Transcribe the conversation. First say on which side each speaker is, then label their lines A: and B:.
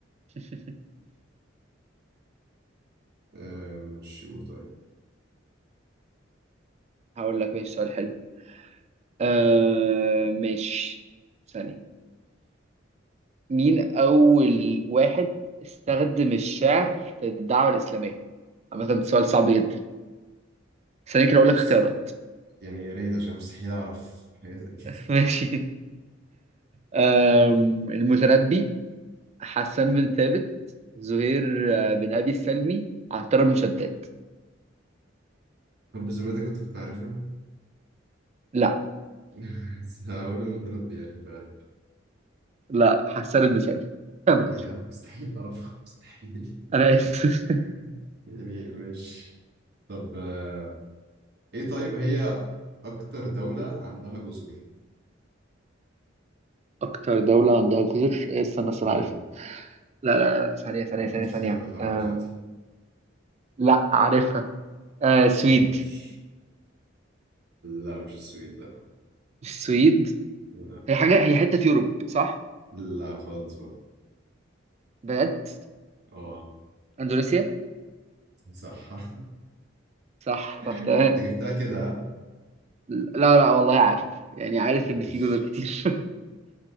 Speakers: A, on the right; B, on the right.
A: <laughs>
B: آه ماشي قول طيب
A: هقول لك ماشي سؤال حلو آه ماشي ثانية مين أول واحد استخدم الشعر في الدعوة الإسلامية؟ عامة ده سؤال صعب جدا ثانية كده أقول لك
B: بس
A: اختيارات
B: يعني يا ريت عشان مستحيل أعرف حاجة زي كده
A: <laughs> ماشي آم، المتنبي حسان بن ثابت زهير آه، بن أبي السلمي عنتر بن شداد
B: طب بذمتك أنت كنت عارفها؟
A: لا
B: <laughs> بس هقول المتنبي يعني في الغالب
A: لا حسان بن ثابت <laughs>
B: يعني آه، مستحيل أعرفها مستحيل
A: أنا آسف
B: <laughs> يعني ماشي طب آه، ايه طيب هي اكتر دولة عندها جزر
A: أكتر دولة عندها جزر إيه، استنى استنى
B: امم
A: عارفها لا لا لا ثانية ثانية
B: اديك
A: ثانية ثانية
B: اختيارات لو
A: آه،
B: عاوز عادي
A: لا عارفها آه سويد
B: مش لا مش السويد لا
A: السويد
B: لا
A: هي حاجة هي حتة في يوروب صح؟
B: لا خالص بقى
A: بجد؟
B: اه
A: اندونيسيا؟
B: صح <laughs>
A: صح
B: انت
A: طب تمام
B: جبتها كده ها؟
A: لا لا والله عارف يعني عارف
B: ماشي
A: ان في جزر كتير